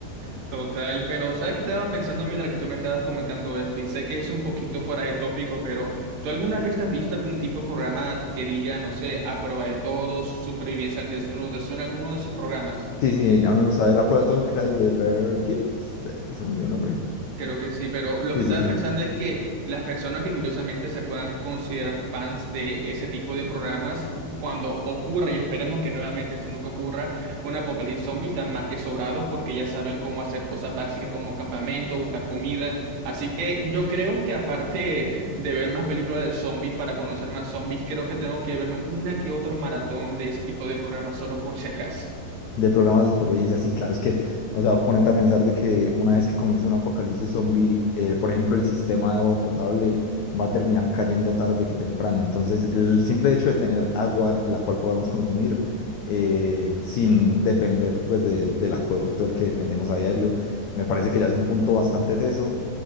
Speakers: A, on the right (about 70°); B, on the left (about 80°).
A: Total, pero sabes que estaba pensando mientras que tú me estabas comentando esto y sé que es un poquito fuera de tópico, pero ¿tú alguna vez has visto algún tipo de programa que diga, no sé, a prueba de todo, supervivencia al desnudo? ¿Te suena alguno de esos programas?
B: Sí, sí, ya me gustaba. Era Proto, que era el de Bear Grylls. Be- Se me olvidó el nombre.
A: Creo que sí, pero lo
B: Sí,
A: que estaba
B: sí, sí.
A: pensando es que las personas que curiosamente se puedan considerar fans de ese tipo de programas, cuando ocurra, y esperemos que nuevamente esto nunca ocurra, un apocalipsis zombie están más que sobrados porque ya saben cómo hacer cosas básicas como campamento, buscar comida. Así que yo creo que aparte de ver más películas de zombies para conocer más zombies, creo que tengo que verme una que otro maratón de ese tipo de programas solo por si acaso.
B: Del programa de supervivencia, sí, claro, es que, o sea, ponete a pensar de que una vez que comience un apocalipsis zombie, eh, por ejemplo, el sistema de agua potable va a terminar cayendo tarde que temprano. Entonces, el simple hecho de tener agua en la cual podamos consumir eh, sin depender, pues, de- del acueducto del que dependemos a diario, me parece que ya es un punto bastante teso.